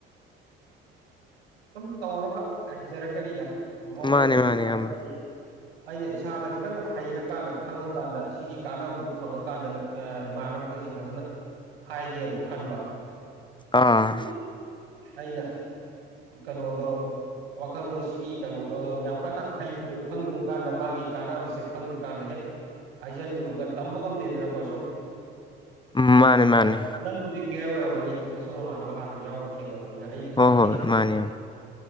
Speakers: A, on the right; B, on the left.
A: ꯁꯨꯝ ꯇꯧꯔꯒ ꯍꯩꯖꯔꯛꯀꯅꯤꯗ ꯃꯑꯣꯡꯗꯣ
B: ꯃꯥꯅꯦ ꯃꯥꯅꯦ
A: ꯗꯨꯝ ꯈꯪꯉꯛꯀꯅꯤ
B: ꯏꯌꯥꯝꯕ
A: ꯑꯩꯅ ꯏꯁꯥꯗ ꯈꯤꯇꯪ ꯍꯩꯔꯀꯥꯟꯗ ꯈꯪꯉꯀꯥꯟꯗ ꯁꯤꯒꯤ ꯀꯥꯟꯅꯕꯗꯨ ꯐꯪꯉꯀꯥꯟ ꯗ ꯏꯃꯥꯟꯅꯕꯈꯩꯁꯦ ꯐꯖꯟꯅ ꯍꯥꯏꯒꯦꯅ ꯈꯟꯕ
B: ꯑꯥ
A: <unintelligible> ꯑꯩꯅ ꯀꯅꯣꯗꯣ ꯋꯥꯈꯜꯗꯣ ꯁꯤꯒꯤ ꯀꯩꯅꯣ ꯍꯣ ꯌꯥꯝ ꯀꯟꯅ ꯍꯩꯇ꯭ꯔꯤ ꯈꯪꯗ꯭ꯔꯤ ꯀꯥꯟꯗ ꯃꯥꯒꯤ ꯀꯥꯟꯅꯕꯁꯦ ꯈꯪꯗ꯭ꯔꯤꯀꯥꯟꯗ ꯍꯦꯛ ꯍꯥꯏꯖꯜꯂꯨꯔꯒ ꯇꯝꯕ ꯉꯝꯗꯦꯗꯅꯀꯣ ꯁꯨꯝ
B: ꯎꯝ
A: ꯍꯥꯏꯗꯤ
B: ꯃꯥꯅꯦ ꯃꯥꯅꯦ
A: ꯇꯠ ꯅꯪꯕꯨꯗꯤ ꯀ꯭ꯂꯤꯌ꯭ꯔ ꯑꯣꯏꯔꯝꯃꯅꯤ ꯅꯁꯨ ꯅꯃꯥꯟꯅꯕ ꯍꯥꯟꯅ ꯌꯥꯎꯕ ꯊꯦꯡꯅꯕꯅꯤꯅ ꯑꯩꯗꯤ ꯀꯅꯥꯝ
B: ꯍꯣꯏ ꯍꯣꯏ
A: ꯊꯦꯡꯅꯗ꯭ꯔꯤ
B: ꯃꯥꯅꯦ